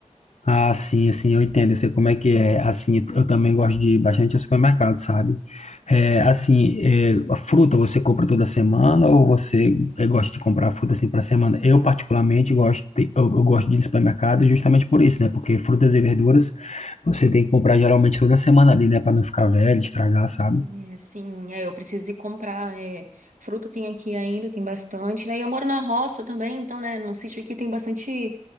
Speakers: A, on the left; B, on the right.
A: Ah, sim, assim, eu entendo, eu sei como é que é. Assim, eu também gosto de ir bastante ao supermercado, sabe? É, assim, é, a fruta você compra toda semana ou você é, gosta de comprar fruta assim para semana? Eu particularmente gosto, de- eu, eu gosto de ir ao supermercado justamente por isso, né? Porque frutas e verduras você tem que comprar geralmente toda semana ali, né? Para não ficar velho, estragar, sabe?
B: É, assim, é, eu preciso ir comprar. É, fruta tem aqui ainda, tem bastante. Daí eu moro na roça também, então, né, no sítio aqui tem bastante